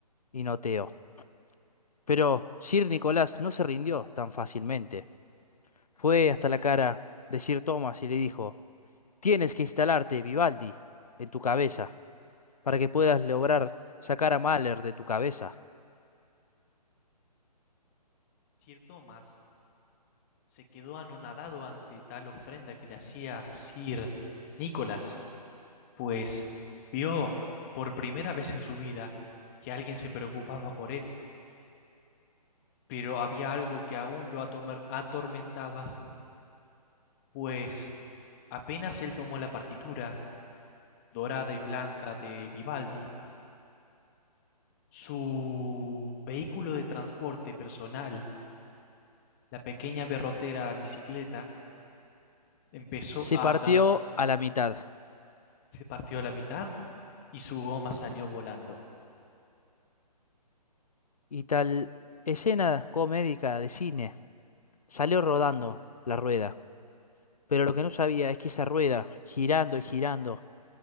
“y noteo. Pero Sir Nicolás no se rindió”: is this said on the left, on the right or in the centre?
Left